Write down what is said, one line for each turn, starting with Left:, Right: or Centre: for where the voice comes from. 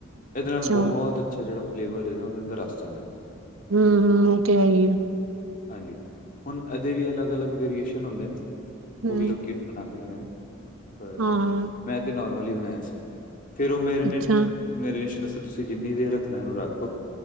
Left: ਐਹਦੇ
Right: ਅੱਛਾ
Left: ਨਾਲ ਬਹੁਤ ਅੱਛਾ ਜੇੜਾ ਫਲੇਵਰ ਹੈ, ਉਹਦੇ ਅੰਦਰ ਰੱਸ ਜਾਂਦਾ ਐ
Right: ਹਮ- ਹਮ ਉਹ ਤੇ ਹੈ ਹੀ ਐ
Left: ਹਾਂਜੀ ਹੁਣ ਐਹਦੇ ਵੀ ਅਲੱਗ- ਅਲੱਗ ਵੇਰੀਏਸ਼ਨ ਹੁੰਦੇ ਨੇ
Right: ਹੂੰ
Left: ਉਹ ਵੀ ਲੋਕੀ ਬਣਾਉਂਦੇ ਰੈਂਦੇ ਨੇ, ਪਰ
Right: ਹਾਂ
Left: ਮੈਂ ਤੇ ਨੋਰਮਲ ਹੀ ਬਣਾਇਆ ਸੀ ਫਿਰ ਉਹ ਮੈਰੀਨੇਟ
Right: ਅੱਛਾ
Left: ਨਰੇਸਨ ਵਾਸਤੇ ਤੁਸੀਂ ਜਿੰਨੀ ਦੇਰ ਰੱਖਣਾ, ਉਹਨੂੰ ਰੱਖ ਦੋ